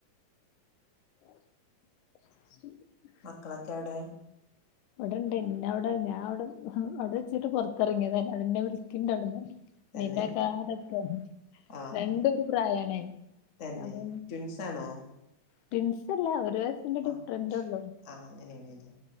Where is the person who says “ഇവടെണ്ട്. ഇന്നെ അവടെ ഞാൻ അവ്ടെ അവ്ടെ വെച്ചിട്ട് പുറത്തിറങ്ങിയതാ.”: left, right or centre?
Left